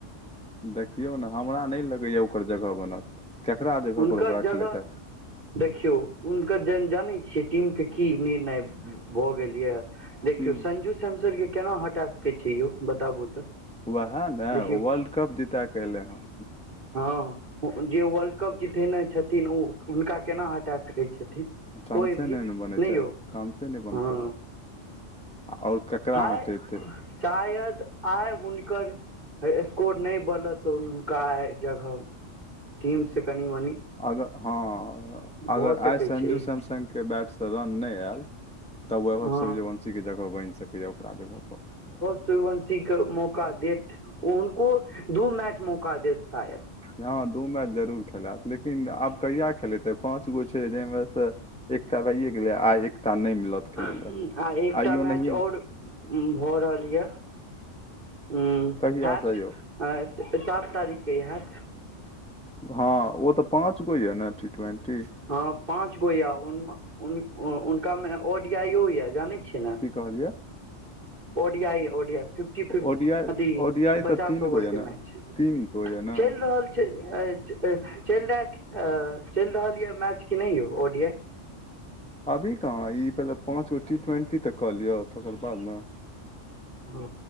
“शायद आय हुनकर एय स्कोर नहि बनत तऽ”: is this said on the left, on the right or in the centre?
Right